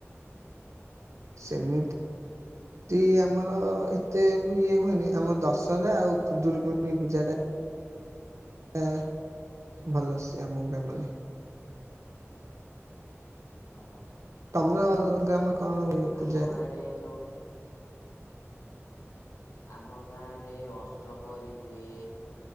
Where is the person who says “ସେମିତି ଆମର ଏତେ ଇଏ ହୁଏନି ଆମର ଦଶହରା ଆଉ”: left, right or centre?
Right